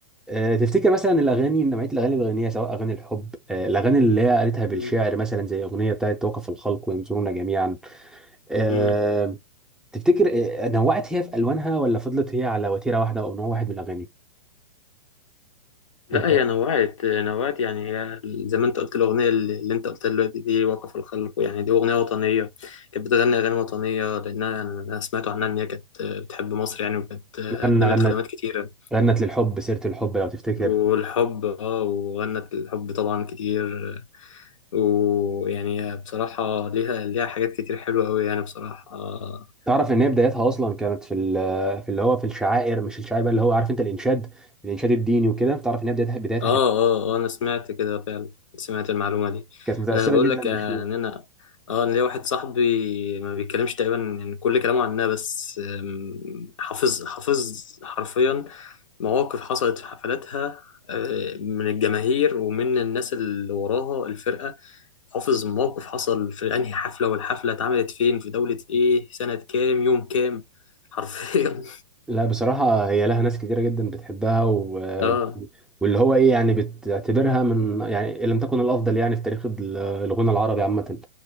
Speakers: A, in the centre; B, on the left (about 70°).
A: آه، تفتكر مثلا الاغاني نوعيه الاغاني اللي بيغنيها سواء اغاني الحب آه، الاغاني اللي هي قالتها بالشعر
B: مم.
A: مثلا زي اغنيه بتاعت وقف الخلق وينظرون جميعا آه،
B: مم.
A: تفتكر آه، نوعت هي في الوانها ولا فضلت هي على وتيره واحده او نوع واحد من الاغاني
B: لا
A: انت
B: هي نوعت نوعت يعني هي زي ما انت قلت الاغنيه اللي اللي انت قلتها دلوقتي دي وقف الخلق يعني دي اغنيه وطنيه كانت بتغني اغاني وطنيه لانها انا أنا سمعت عنها ان هي كانت بتحب مصر يعني وكانت قدمت
A: مثلا غنت
B: خدمات كتيره
A: غنت للحب سيره الحب لو تفتكر
B: والحب اه وغنت الحب طبعا كتير ويعني بصراحة ليها ليها حاجات كتير حلوة أوي يعني بصراحة آه
A: تعرف ان هي بدايتها اصلا كانت في ال- في اللي هو في الشعائر مش الشعائر بقى اللي هو عارف انت الانشاد الانشاد الديني وكده تعرف ان هي بدايتها بدايتها
B: آه
A: كانت
B: آه آه، أنا سمعت كده فعلا سمعت المعلومة دي
A: كانت متاثره
B: أنا بقول
A: جدا
B: لك
A: بالشيوخ
B: آه، إن أنا آه أنا ليا واحد صاحبي ما بيتكلمش تقريبا يعني كل كلامه عنها بس آم، حافظ حافظ حرفيا مواقف حصلت في حفلاتها آه، من الجماهير ومن الناس اللي وراها الفرقة حافظ موقف حصل في أنهي حفلة والحفلة اتعملت فين في دولة إيه سنة كام يوم كام حرفيا
A: لا بصراحه هي لها ناس كتيره جدا بتحبها و...
B: اه
A: واللي هو ايه يعني بتعتبرها من يعني ان لم تكن الافضل يعني في تاريخ ال- الغنى العربي عامه